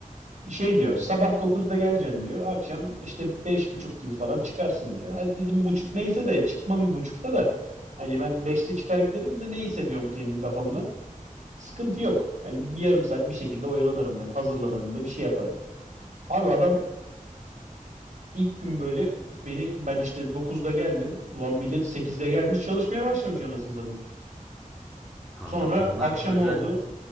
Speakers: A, on the right (about 60°); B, in the centre.
A: Şey diyor sabah 9'da geleceksin diyor. Akşam işte beş buçuk gibi falan çıkarsın diyor. Hadi dedim buçuk neyse de çıkmam buçukta da. Hani ben beşte çıkar giderim de neyse diyorum kendi kafamda. Sıkıntı yok. Yani bir yarım saat bir şekilde oyalanırım ben. Hazırlanırım bir şey yaparım. Abi adam ilk gün böyle beni ben işte dokuzda geldim. Ulan millet sekizde gelmiş çalışmaya başlamış anasını satayım.
B: Kanka
A: Sonra
B: onlar
A: akşam
B: özel
A: oldu.